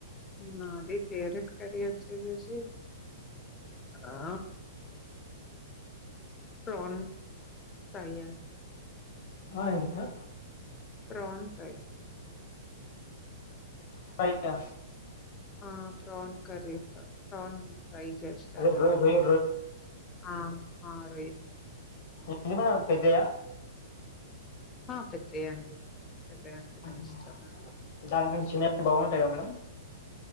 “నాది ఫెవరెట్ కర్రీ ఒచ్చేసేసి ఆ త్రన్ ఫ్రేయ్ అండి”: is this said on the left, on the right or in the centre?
Left